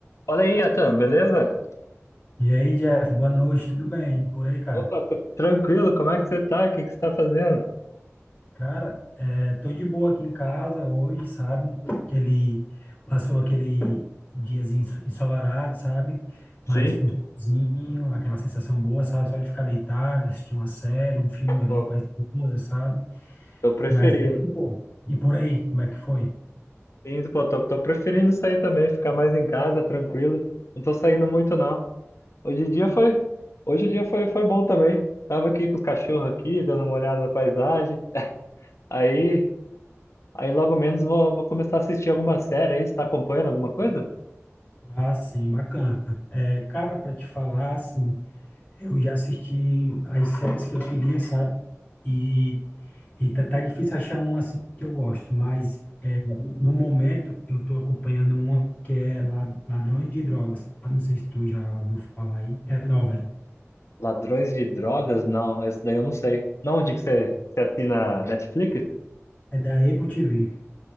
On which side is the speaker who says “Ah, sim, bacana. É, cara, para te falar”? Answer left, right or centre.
Left